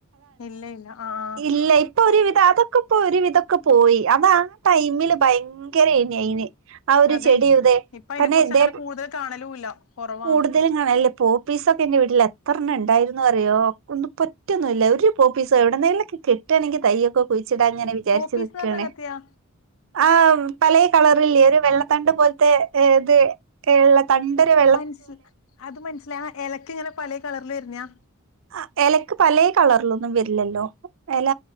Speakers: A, on the left; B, on the right.
A: ഇല്ല ഇല്ല ആഹ്
B: ഇല്ല ഇപ്പൊ ഒരുവിധം അതൊക്കെ ഇപ്പൊ ഒരുവിധൊക്കെ പോയി അതാ ടൈമില് ഭയങ്കര എയ്ന് ആ ഒരു
A: അതെ
B: ചെടിയു ഇതെ
A: ഇപ്പൊ അതിനെ
B: തന്നെ
A: കുറിച്ച്
B: ഇതേ
A: അങ്ങനെ കൂടുതൽ കാണലുല്ല കുറവാണ്
B: കൂടുതലും വെല്ല പോ പീസ ഒക്കെ എൻ്റെ വീട്ടിൽ എത്ര എണ്ണം ഉണ്ടായിരുന്നുന്ന് പറയൊ ഒന്നും പോറ്റൊന്നും ഇില്ല ഒരു പോ പീസ എവിടെന്നേലും കിട്ടണെങ്കി തയ്യൊക്കെ കുഴിച്ചിടാന്ന് അങ്ങനെ വിചാരിച്ച്
A: പോപ്പീസ്
B: നിക്കണ്
A: എന്ന് പറഞ്ഞ അങ്ങനത്തെയാ
B: ആ പലയ കളറില്ലേ ഒരു വെള്ളത്തണ്ട് പോലത്തെ ഇത് ഇള്ള തണ്ട് <unintelligible>
A: മനസ് അത് മനസ്സില എലക്ക് ഇങ്ങനെ പല കളറിൽ വരുന്നാ
B: ആഹ് ഇലക്ക് പലേ കളറിലൊന്നും വരില്ലല്ലോ ഇല